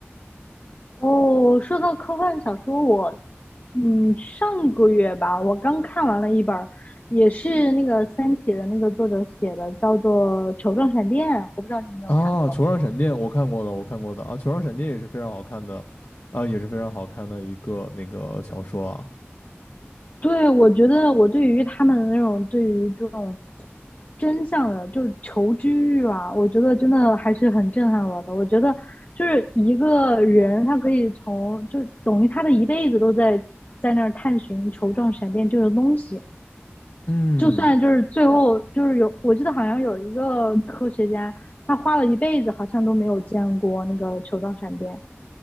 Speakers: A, on the left; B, on the left.
A: 哦，说到科幻小说，我嗯上个月吧，我刚看完了一本儿也是那个《三体》的那个作者写的，叫做《球状闪电》，我不知道你有没有看过。
B: 啊。《球状闪电》我看过的，我看过的啊，《球状闪电》也是非常好看的，啊，也是非常好看的一个那个小说啊。
A: 对，我觉得我对于他们的那种对于这种真相的，就是求知欲啊，我觉得真的还是很震撼我的。我觉得就是一个人，他可以从就等于他的一辈子都在在那儿探寻球状闪电这种东西，
B: 嗯，
A: 就算就是最后就是有，我记得好像有一个科学家，他花了一辈子好像都没有见过那个球状闪电